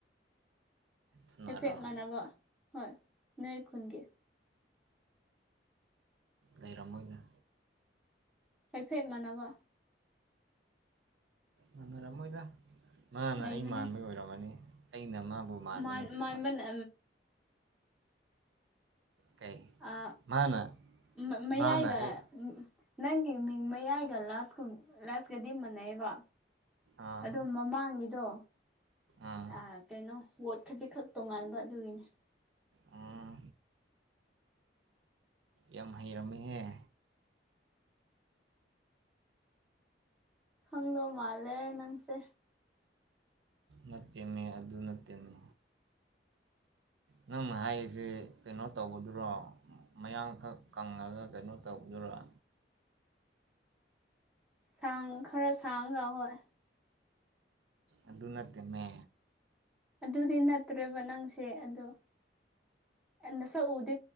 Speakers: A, on the right; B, in the centre.
A: ꯀꯅꯥꯔꯣ
B: ꯍꯥꯏꯦꯐꯦꯛ ꯃꯥꯟꯅꯕ ꯍꯣꯏ ꯅꯣꯏ ꯈꯨꯨꯟꯒꯤ
A: ꯂꯩꯔꯝꯃꯣꯏꯗꯅ
B: ꯍꯥꯏꯩꯐꯦꯠ ꯃꯥꯟꯅꯕ
A: ꯃꯥꯟꯅꯔꯝꯃꯣꯏꯗ ꯃꯥꯅ
B: ꯂꯩꯕꯅꯦ
A: ꯑꯩ ꯃꯥꯟꯕꯒꯤ ꯑꯣꯏꯔꯝꯃꯅꯤ ꯑꯩꯅ ꯃꯥꯕꯨ ꯃꯥꯟꯕ
B: ꯃꯥꯟ
A: ꯅꯠꯇꯕ
B: ꯃꯥꯟꯕꯅ
A: ꯀꯩ
B: ꯑ
A: ꯃꯥꯅ
B: ꯃ ꯃꯩꯏꯒ
A: ꯃꯥꯅ ꯑꯩ
B: ꯅꯪꯒꯤ ꯃꯤꯡ ꯃꯌꯥꯏꯒ ꯂꯥꯁꯀꯨꯝ ꯂꯁꯀꯗꯤ ꯃꯥꯟꯅꯩꯕ
A: ꯑꯥ
B: ꯑꯣ ꯃꯃꯥꯡꯉꯗꯣ
A: ꯑꯥ
B: ꯑ ꯀꯩꯅꯣ ꯋꯥꯣꯠ ꯈꯖꯤꯛ ꯈꯛ ꯇꯣꯉꯥꯟꯕ ꯑꯗꯨꯒꯤꯅꯤ
A: ꯑꯥ ꯌꯥꯝ ꯍꯩꯔꯝꯃꯤꯍꯦ
B: ꯍꯪꯗꯣ ꯃꯥꯜꯂꯦ ꯅꯪꯁꯦ
A: ꯅꯠꯇꯦꯝꯃꯦ ꯑꯗꯨ ꯅꯠꯇꯦꯝꯃꯦ ꯅꯪꯅ ꯍꯥꯏꯔꯤꯁꯦ ꯀꯩꯅꯣ ꯇꯧꯕꯗꯨꯔꯣ ꯃꯌꯥꯡꯈꯛ ꯀꯪꯉꯒ ꯀꯩꯅꯣ ꯇꯧꯗꯨꯣꯏꯔꯥ
B: ꯁꯥꯡ ꯈꯔ ꯁꯥꯡꯒ ꯍꯣꯏ
A: ꯑꯗꯨ ꯅꯠꯇꯃꯦ
B: ꯑꯗꯨꯗꯤ ꯅꯠꯇ꯭ꯔꯦꯕ ꯅꯪꯁꯦ ꯑꯗꯣ ꯅ ꯁꯛ ꯎꯗꯦ